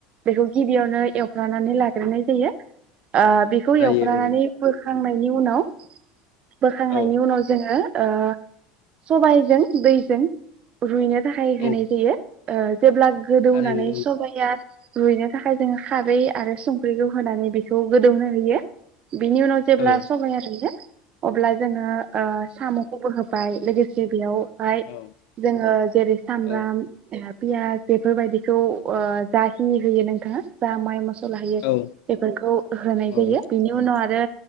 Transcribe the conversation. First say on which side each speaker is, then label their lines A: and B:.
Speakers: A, on the right; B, on the left.
A: बेखौ गिबियावनो एवफ्रानानै लाग्रोनाय जायो ओ बिखौ
B: जायो
A: एवफ्रानानै बोखा खांनायनि उनाव बोखांनायनि
B: औ
A: उनाव जोङो ओ सबाइजों दै जों रुयनो थाखाय होनाय
B: औ
A: जायो ओ जेब्ला गोदौनानै
B: थारैनो
A: सबाइ आ रुइनो थाखाय जोङो खारै आरो संख्रिखौ होनानै बे खौ गोदौनो होयो बिनि उनाव जेब्ला
B: औ ओ
A: सबाइआ रुयो अब्ला जोङो ओ साम'खौबो होब बाय लोगोसे बेयाव ओमफाय
B: औ
A: जोङो जेरै सामब्राम
B: औ
A: पियास बेफोरबायदिखौ ओ जाखिनि होयो नोंथाङा जा माइ मस लायो
B: औ
A: बेफोरखौ होनाय
B: औ
A: जायो बेनि उनाव आरो